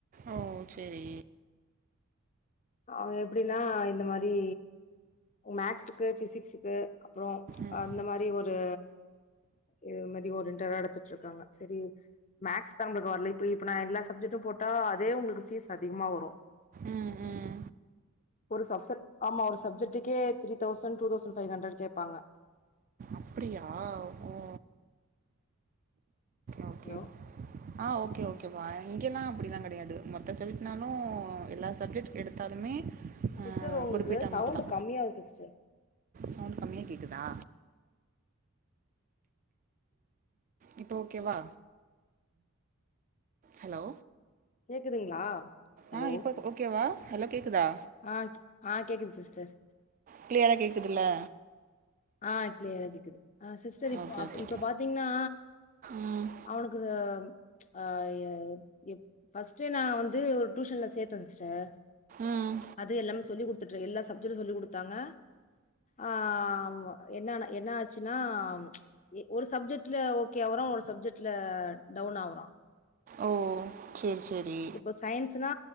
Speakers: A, on the right (about 40°); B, on the left (about 35°).
A: ஒ செரி
B: அவங்க எப்பிடின்னா இந்தே மாரி மேக்ஸுக்கு பிசிக்ஸுக்கு அப்புறோ
A: ம்
B: அந்த மாரி ஒரு இது மாரி ஓரியண்டட் டா எடுத்துட்டு இருக்காங்கே செரி மேக்ஸ் தா உங்களுக்கு வரலே இப்போ இப்போ நா எல்லா சப்ஜெக்டும் போட்டா அதே உங்களுக்கு ஃபீஸ் அதிகமா வரு
A: ம் ம்
B: ஒரு சப்சட் ஆமா ஒரு சப்ஜெக்டக்கே three thousand two thousand five hundred கேபாங்கே
A: அப்பிடியா ஓ ஓகே ஓகே
B: ஹலோ
A: ஆ ஓ கே ஓ கேப்பா இங்கெல்லா அப்டில்லா கெடையாது மொத்த சப்ஜெக்ட்னாலு எல்லா சப்ஜெக்ட் எடுத்தாலுமே
B: சிஸ்டர்
A: ஆ
B: உங்களுக்கு
A: குறிப்பிட்டா அமௌண்ட்தா
B: சவுண்ட் கம்மியாகுது சிஸ்டர்
A: சவுண்ட் கம்மியா கேக்குதா இப்போ ஓ கேவா ஹலோ
B: கேக்குதுங்களா ஹலோ
A: ஆ இப்போ ஓ கேவா நல்லா கேக்குதா
B: ஆ ஆ கேக்குது சிஸ்டர்
A: கிளியரா கேக்குதுல்லே
B: ஆ கிளியரா கேக்குது ஆ சிஸ்டர் இப்போ
A: ஓகே
B: அ
A: ஓகே
B: இப்போ பாத்தீங்கன்னா
A: ம்
B: அவனுக்கு அ எப் ஃப்ஸ்ட்டு நா வந்து ஒரு டியூஷன்லே சேத்தே சிஸ்டர்
A: ம்
B: அது எல்லாமே சொல்லி குடு த்துட்டு எல்லா சப்ஜெடு சொல்லி குடுத்தாங்க ஆ என்ன னா என்னாச்சு னா எ ஒரு சப்ஜெக்ட்ல ஓகே ஆவுற ஒரு சப்ஜெக்ட்ல டவுன் ஆவுறா
A: ஓ செரி சரி
B: இப்ப சயின்ஸ்னா